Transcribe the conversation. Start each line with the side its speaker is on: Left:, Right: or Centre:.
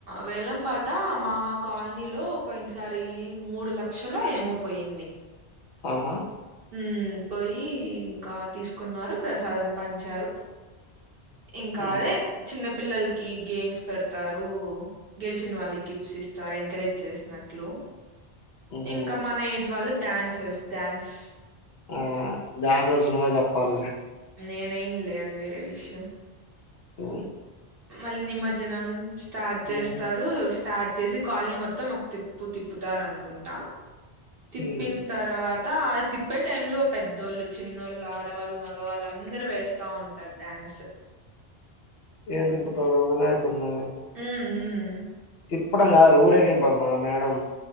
Right: వేలం పాట మా కాలనీలో పోయినసారి మూడు లక్షలు ఏం మో పోయింది
Left: ఆహా
Right: ఉ పోయి ఇంకా తీసుకున్నారు ప్రసాదం పంచారు ఇంకా
Left: హ్మ్.
Right: అదే చిన్న పిల్లలకి గేమ్స్ పెడతారు గెలిచిన వాళ్ళకి గిఫ్ట్స్ ఇస్తారు ఎంకరేజ్ చేసినట్లు
Left: హుహు.
Right: ఇంక మన ఏజ్ వాళ్ళు డ్యాన్సర్స్ డ్యాన్స్
Left: ఆ డాన్స్ గురించి నువ్వే చెప్పాలి
Right: నేనెయ్యనులే అది వేరే విషయం
Left: ఓ
Right: మళ్ళీ నిమ్మజ్జనం స్టార్ట్
Left: హ్మ్
Right: చేస్తారుస్ స్టార్ట్ చేసి కాల్నీ మొత్తం ఒక తిప్పు తిప్పుతారు అనుకుంటా తిప్పిన్
Left: హ్మ్
Right: తర్వాత తా తిప్పే టైం లో పెద్దోళ్ళు చిన్నోళ్ళు ఆడవాళ్ళు మొగవాళ్ళు అందరు వేస్తా ఉంటారు డ్యాన్ స్
Left: ఏం దిప్పుతారు వినాయకున్ను
Right: ఉమ్ ఉమ్
Left: తిప్పడం కాదు అది ఊరేగింపమ్మ మేడం